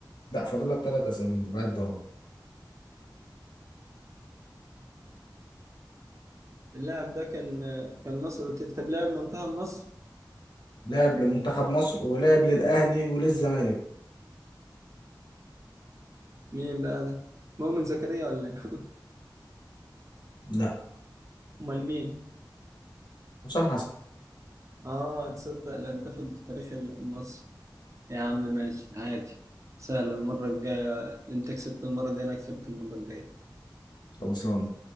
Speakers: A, on the left; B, on the right.
A: لا فاضل لك ثلاث اسئله بعد ده
B: اللاعب ده كان كان مصر قلت لي. طب لاعب منتخب مصر
A: لاعب لمنتخب مصر ولاعب للاهلي وللزمالك
B: مين بقى ده؟ مؤمن زكريا ولا ايه؟ <laughs>
A: لا
B: امال مين؟
A: حسام حسن
B: اه تصدق الهداف التاريخي المصري يا عم ماشي عادي سهل المرة الجاية انت كسبت المرة دي انا هكسبك المرة الجاية
A: خلصان